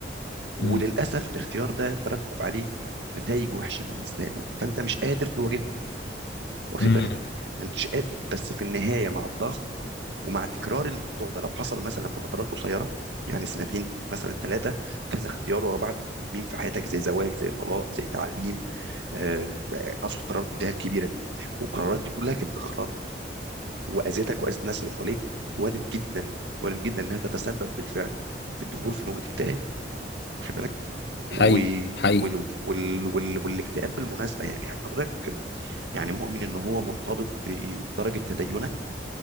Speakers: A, on the right (about 80°); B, on the left (about 65°).
A: وللاسف
B: مم.
A: الاختيار ده ترتب عليه نتائج وحشه بالنسبه لك فانت مش قادر تواجههم واخد
B: مم.
A: بالك ما انتش قادر بس في النهايه مع الضغط ومع تكرار الموضوع ده لو حصل مثلا في فترات قصيره يعني سنتين مثلا ثلاثه كذا اختيار ورا بعض مهمين في حياتك زي زواج زي طلاق زي تعليم آه، اصل قرارات من اللي هي الكبيره دي والقرارات دي كلها كانت غلط واذتك واذت الناس اللي حواليك وارد جدا وارد جدا انها تتسبب بالفعل في الدخول في نوبه اكتئاب واخد بالك و...
B: حقيقي حقيقي
A: وال... وال... وال... والاكتئاب بالمناسبه يعني حضرتك يعني مؤمن ان هو مرتبط بدرجه تدينك